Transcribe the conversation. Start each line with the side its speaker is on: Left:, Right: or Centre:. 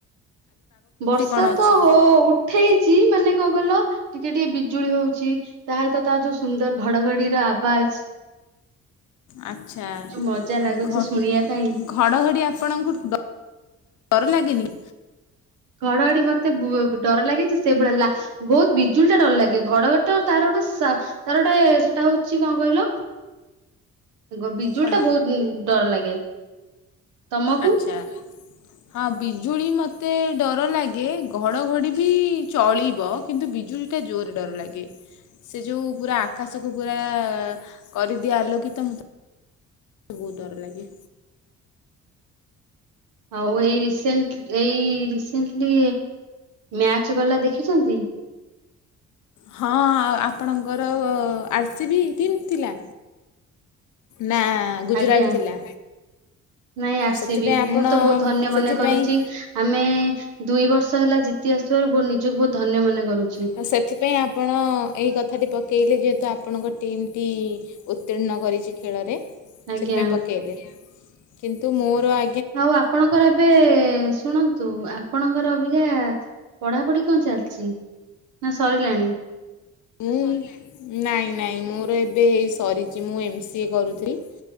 Right: ବର୍ଷା
Left: କଣ ଅଛି?
Right: ତ ହଉ ଉଠେଇଛି ମାନେ କଣ କହିଲ ଟିକେ ଟିକେ ବିଜୁଳି ହଉଛି ତା ହଇତ ତା ଯୁ ସୁନ୍ଦର ଘଡ଼ଘଡ଼ି ର ଆବାଜ୍।
Left: ଆଚ୍ଛା
Right: ଯୁ ମଜା ଲାଗୁଛି
Left: ଘ
Right: ଶୁଣିବା ପାଇଁ।
Left: ଘଡ଼ଘଡ଼ି ଆପଣଙ୍କୁ ଡ ଡର ଲାଗେନି।
Right: ଘଡ଼ଘଡ଼ି ମତେ ବ ଡର ଲାଗେ ସେଇଭଳିଆ ଲା ବହୁତ ବିଜୁଳି ଟା ଡର ଲାଗେ ଘଡଘଡ଼ି ତାର ଗୋଟେ ସା ତାର ଗୋଟେ ସେଟା ହଉଛି କଣ କହିଲ? ଗ ବିଜୁଳି
Left: କଣ?
Right: ଟା ବହୁତ ଡର ଲାଗେ। ତମକୁ?
Left: ଆଚ୍ଛା। ହଁ ବିଜୁଳି ମୋତେ ଡର ଲାଗେ ଘଡ଼ଘଡ଼ି ବି ଚଳିବ। କିନ୍ତୁ ବିଜୁଳିଟା ଜୋରେ ଡର ଲାଗେ। ସେ ଯୋଉ ପୁରା ଆକାଶକୁ ପୁରା କରିଦିଏ ଆଲୋକିତ ମତେ ବହୁତ ଡର ଲାଗେ।
Right: ଆଉ ଏଇ ରିସେଣ୍ଟ ଏଇ ରିସେଣ୍ଟଲି ମ୍ୟାଚ୍ ଗଲା ଦେଖିଚନ୍ତି?
Left: ହଁ ଆପଣଙ୍କର ଆର୍ସିଭି ଟିମ୍ ଥିଲା? ନା। ଗୁଜୁରାଟ
Right: ଆଜ୍ଞା
Left: ଥିଲା।
Right: ନାଇଁ ଆର ସି
Left: ସେଥିପାଇଁ
Right: ବି
Left: ଆପଣ
Right: ମୁଁ ତ ବହୁତ ଧନ୍ୟ ମନେ
Left: ସେଥିପାଇଁ
Right: କରୁଛି ଆମେ ଦୁଇ ବର୍ଷ ହେଲା ଜିତି ଆସୁଥିବାରୁ ବହୁ ନିଜକୁ ବହୁତ ଧନ୍ୟ ମନେ କରୁ।
Left: ତ ସେଥିପାଇଁ ଆପଣ ଏଇ କଥାଟି ପକେଇଲେ ଯେହେତୁ ଆପଣଙ୍କ ଟିମ୍ ଟି ଉତ୍ତୀର୍ଣ୍ଣ କରିଚି ଖେଳରେ
Right: ଆଜ୍ଞା।
Left: ସେଥିପାଇଁ ପକେଇଲେ। କିନ୍ତୁ ମୋର ଆ
Right: ଆଉ ଆପଣଙ୍କର ଏବେ ଶୁଣ ନ୍ତୁ। ଆପଣଙ୍କର ଅବିକା ପଢାପଢି କଣ ଚାଲିଚି ନା ସରିଲାଣି?
Left: ମୁଁ ନାଇଁ ନାଇଁ ମୋର ଏବେ ସରିଚି। ମୁଁ ଏମ ସି ଏ କରୁଥିଲି।